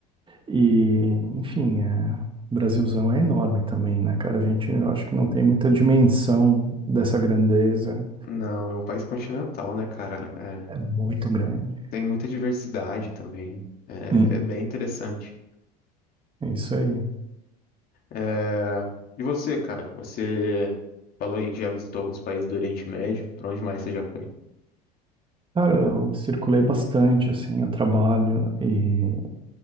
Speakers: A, on the right; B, on the left.
A: E, enfim, é, o Brasilzão é enorme também, né, cara? A gente, eu acho que não tem muita dimensão dessa grandeza.
B: Não, é um país continental, né, cara? É,
A: É muito grande.
B: tem muita diversidade também. É,
A: Hum,
B: é bem interessante.
A: é isso aí.
B: É, e você, cara? Você falou aí que já visitou alguns países do Oriente Médio. Pra onde mais você já foi?
A: Cara, eu circulei bastante, assim, a trabalho e